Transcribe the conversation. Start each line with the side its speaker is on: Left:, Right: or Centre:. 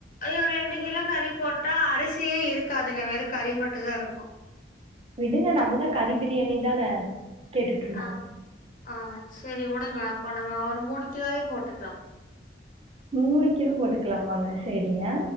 Left: ஐயோ ரெண்டு கிலோ கறி போட்டா அரிசியே இருக்காதுங்க வெறு கறி மட்டு தா இருக்கு
Right: விடுங்க நம்மதா கறி பிரியாணி தான கேட்டுட்ருக்கோ
Left: ஆ ஆ செரி விடுங்க அப்போ நம்ம ஒரு மூணு கிலோ வே போட்டுக்லா
Right: மூணு கிலோ போட்டுக்கலாமாங்க செரிங்க